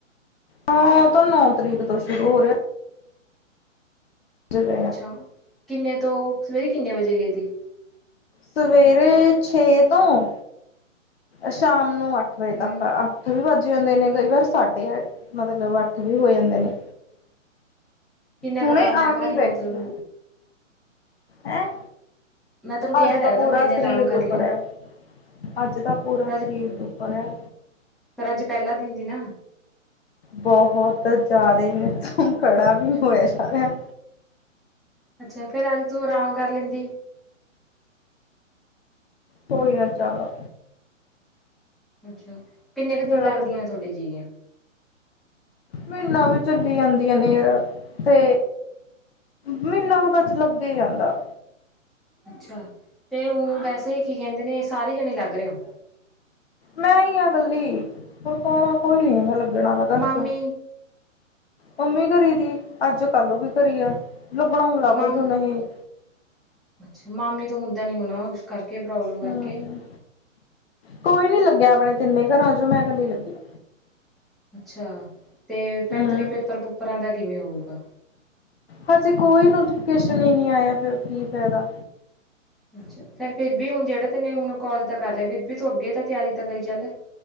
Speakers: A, on the left; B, in the centre.
A: ਹਾਂ ਔ ਤੇ ਨੌ ਤਰੀਕ ਤੋਂ ਸ਼ੁਰੂ ਹੋ ਰੈ ਆ ਜ <unintelligible>
B: ਅੱਛਾ ਕਿੰਨੇ ਤੋਂ, ਸਵੇਰੇ ਕਿੰਨੇ ਵਜੇ ਗਏ ਥੀ।
A: ਸਵੇਰੇ ਛੇ ਤੋਂ ਸ਼ਾਮ ਨੂੰ ਅੱਠ ਵਜੇ
B: ਹੂੰ
A: ਤੱਕ ਅੱਠ ਵੀ ਵੱਜ ਜਾਂਦੇ ਨੇ ਕਈ ਵਾਰ ਸਾਡੇ ਆ ਮਤਲਬ ਅੱਠ ਵੀ ਹੋ ਜਾਂਦੇ ਨੇ
B: ਕਿੰਨਾ
A: ਹੁਣੇ
B: ਕੁ ਕੰਮ
A: ਆ
B: ਭਾਰੀ
A: ਕੇ ਈ ਬੈਠੀ
B: ਮਤਲਬ
A: ਆ ਹੈਂ।
B: ਮੈਂ ਤੈਨੂੰ ਕਿਹਾ
A: ਅੱਜ
B: ਤਾਂ
A: ਤਾ
B: ਹੈਗਾ ਤਾਂ
A: ਪੂਰਾ
B: ਮੈਂ ਇੰਨੇ
A: ਸ਼ਰੀਰ
B: ਆਰਾਮ
A: ਦੁੱਖਰੇ
B: ਕਰ ਲਾ
A: ਐ, ਅੱਜ ਤਾ ਪੂਰਾ
B: ਪਰ ਅੱਜ
A: ਸ਼ਰੀਰ ਦੁੱਖਰੇੈ
B: ਪਰ ਅੱਜ ਪੈਲਾ ਦਿਨ ਦੀ ਨਾ
A: ਬਹੋਤ ਜਾਦਾ ਤੋ ਮਮ ਖੜਾ ਵੀ ਨੀ ਹੋਇਆ ਜਾ ਰਿਯਾ।
B: ਅੱਛਾ ਫੇਰ ਅੱਜ ਤੂੰ ਆਰਾਮ ਕਰ ਲੈਂਦੀ।
A: ਕੋਈ ਗੱਲ ਚਾਲੋ।
B: ਅੱਛਾ ਕਿੰਨੇ ਦਿਨ
A: ਤੇਰਾ
B: ਲੱਗਦੀਆਂ
A: ਪੂਰਾ
B: ਥੋਡੇ ਜੀਰੀਆਂ।
A: ਮਹੀਨਾ ਵੀ ਚੱਲੀ ਜਾਂਦੀਆਂ ਨੇੇਅ ਤੇ ਮੀਨਾ ਤੇ ਬਸ ਲੱਗੈ ਈ ਰੈਂਦਾ।
B: ਅੱਛਾ ਤੇ ਉਂ ਵੈਸੇ ਕੀ ਕਹਿੰਦੇ ਨੇ ਸਾਰੇ ਜਣੇ ਲੱਗ ਰੇ ਔ
A: ਮੈਂ ਈ ਆ ਗੱਲੀ ਹੁਣ ਕੌਣਾ ਕੋਈ ਨੀ ਮ ਲੱਗਣ ਵਾਲਾ ਘਰ
B: ਮਾਮੀ
A: ਚੋਂ ਮੰਮੀ ਘਰੀ ਥੀ ਅੱਜ ਕੱਲੂ ਵੀ ਘਰੀ ਆ ਲੁੱਗਣਾ ਹੁੰ ਲਗ
B: ਮਾਮ
A: ਜੂ ਨਹੀਂ
B: ਅੱਛਾ ਮਾਮੀ ਤੋਂ ਹੁੰਦਾ ਨੀ ਹੋਣਾ ਉਸ ਕਰਕੇ ਪ੍ਰੋਬਲਮ ਕਰਕੇ
A: ਹੂੰ ਕੋਈ ਨੀ ਲੱਗਾ ਆਪਣੇ ਤਿੰਨੇ ਘਰਾਂ ਚੋਂ ਮੈਂ ਕੱਲੀ ਲੱਗੀ ਆ
B: ਅੱਛਾ ਤੇ ਫੇਰ
A: ਹੂੰ
B: ਤੇਰੀ ਪੇਪਰ ਪੂਪਰਾਂ ਦਾ ਕਿਵੇਂ ਹੋਊਗਾ।
A: ਹਜੇ ਕੋਈ ਨੋਟੀਫਿਕੇਸ਼ਨ ਈ ਨੀ ਆਇਆ ਫੇਰ ਕੀ ਫੈਦਾ
B: ਅਛਾ ਪਰ ਫਿਰ ਵੀ ਹੁਣ ਜਿਹੜਾ ਤੈਨੇ ਹੁਣ ਕੋਜ ਦਾ ਕਰ ਲਿਆ ਫਰ ਵੀ ਤੂੰ ਅੱਗੇ ਤਾਂ ਤਿਆਰੀ ਤਾਂ ਕਰੀ ਚੱਲ